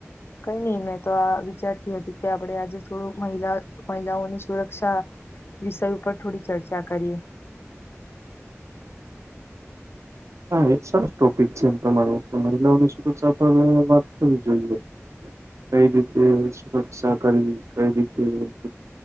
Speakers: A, on the left; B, on the right.
A: કઈ નહી મેં તો આ વિચારતી હતી કે આપડે આજે થોડું મહિલા મહિલાઓની સુરક્ષા વિષય ઉપર થોડી ચર્ચા કરીએ.
B: હા એ સરસ ટોપિક છે એમ તમારી મહિલાઓની શું તો વાત કરવી જોઈએ. કઈ રીતે સુરક્ષા કરીવી કઈ રીતે